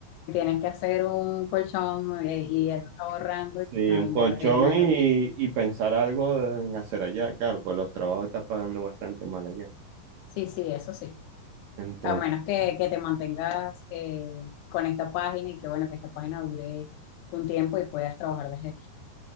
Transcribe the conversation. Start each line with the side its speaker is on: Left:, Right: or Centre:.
Left: tienes que hacer un colchón eh, y ir ahorrando y
Right: Sí,
Left: no
Right: un
Left: invertir
Right: colchón
Left: en algo
Right: y,
Left: aquí.
Right: y pensar algo en hacer allá, claro, pues los trabajos están pagando bastante mal allá.
Left: Sí, sí, eso sí.
Right: Entonces,
Left: A menos que, que te mantengas eh, con esta página y que, bueno, que esta página dure un tiempo y puedas trabajar desde